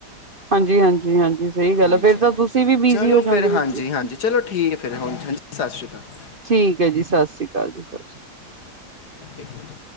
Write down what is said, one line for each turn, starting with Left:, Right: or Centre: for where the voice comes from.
Right: ਹਾਂਜੀ-ਹਾਂਜੀ, ਹਾਂਜੀ ਸਈ ਗੱਲ
Left: ਹਾਂਜੀ
Right: ਏ, ਫੇਰ ਤਾਂ ਤੁਸੀਂ ਵੀ ਬਿਜ਼ੀ
Left: ਚਲੋ
Right: ਹੋ ਜਾਓਗੇ
Left: ਫਿਰ
Right: ਵੀਰ
Left: ਹਾਂਜੀ
Right: ਜੀ।
Left: ਹਾਂਜੀ ਚਲੋ ਠੀਕ ਹੈ ਫਿਰ ਹੁਣ, ਹਾਂਜੀ ਸਸ ਸ੍ਰੀ ਕਾਲ।
Right: ਠੀਕ ਏ ਜੀ ਸਸ ਸ੍ਰੀ ਕਾਲ ਜੀ ਬਚ।
Left: ਇੱਕ ਮਿੰਟ